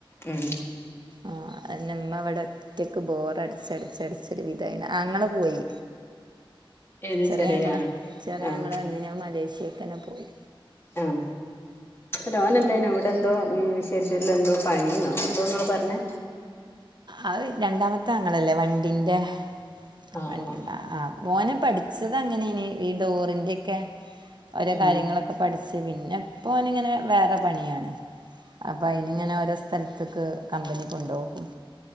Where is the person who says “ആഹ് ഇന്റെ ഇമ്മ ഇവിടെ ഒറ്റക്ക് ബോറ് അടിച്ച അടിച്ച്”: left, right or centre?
Right